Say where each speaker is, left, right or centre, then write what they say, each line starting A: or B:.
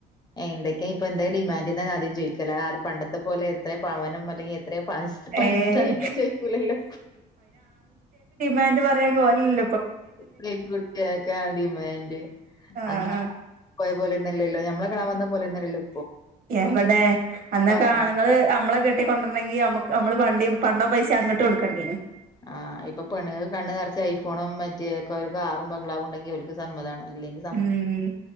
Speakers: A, on the left; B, on the right.
A: എന്തൊക്കാ ഇപ്പെന്ത ഡിമാന്റ്ന്നാണ് ആദ്യം ചോയ്ക്കല ആ അത് പണ്ടത്തെ പോലെ എത്ര പവനും മറ്റെ എ എത്ര പസ് പൈസായൊന്നും
B: ഏഹ്
A: ചോയ്ക്കൂലല്ലോ
B: ആഹ് എന്ത്പറയാ <unintelligible>
A: പെൺകുട്ടിയാക്കാ ഡിമാന്റ്
B: ആഹ്
A: അന്നാ പോയ പോലന്നല്ലല്ലോ നമ്മള കാണാൻ വന്ന പോലൊന്നല്ലല്ലൊ
B: എവിടെ അന്നൊക്കെ
A: ആഹ്
B: ആണുങ്ങള് നമ്മളെ കെ ട്ടി കൊണ്ട്രണെങ്കി അമക്ക് നമ്മള് പണ്ടി പണ്ടോം പൈസിം അങ്ങട്ട് കൊടുക്കണ്ടേനി
A: ആഹ് ഇപ്പൊ പെണ്ണ്ങ്ങക്ക് കണ്ണ് നെർച്ച് ഐഫോണും മറ്റേ ഒക് കാറും ബംഗ്ലാവും ഉണ്ടെങ്കിൽ ഓൽക്ക് സമ്മതാണ് ഇല്ലെങ്കി
B: ഉം